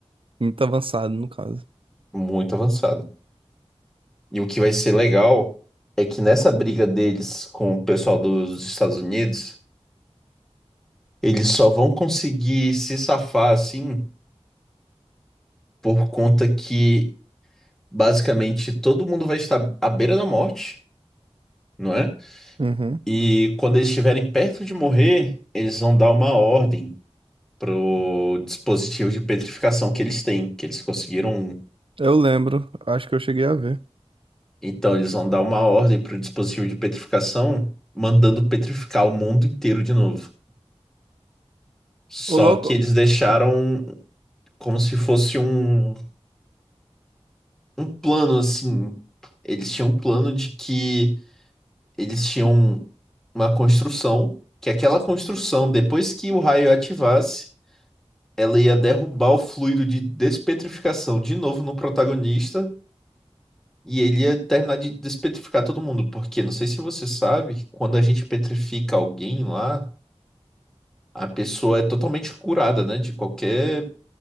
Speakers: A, on the right; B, in the centre.
A: Muito avançado, no caso.
B: muito avançado. E o que vai ser legal é que nessa briga deles com o pessoal dos Estados Unidos, eles só vão conseguir se safar assim por conta que basicamente todo mundo vai estar à beira da morte, não é?
A: Uhum.
B: E quando eles estiverem perto de morrer, eles vão dar uma ordem pro dispositivo de petrificação que eles têm, que eles conseguiram. um.
A: Eu lembro, acho que eu cheguei a ver.
B: Então eles vão dar uma ordem pro dispositivo de petrificação, mandando petrificar o mundo inteiro de novo. Só
A: Ô, louco!
B: que eles deixaram como se fosse um, um plano assim. Eles tinham um plano de que eles tinham uma construção, que aquela construção, depois que o raio ativasse, ela ia derrubar o fluido de despetrificação de novo no protagonista. E ele ia terminar de despetrificar todo mundo, porque não sei se você sabe, quando a gente petrifica alguém lá, a pessoa é totalmente curada, né, de qualquer